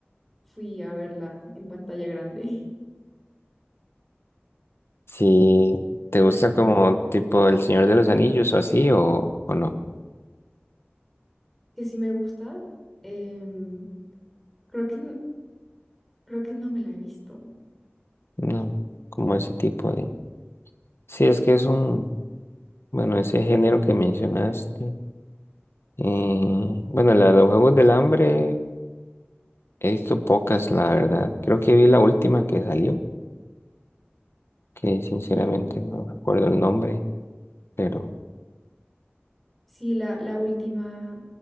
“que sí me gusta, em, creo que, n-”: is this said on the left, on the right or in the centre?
Centre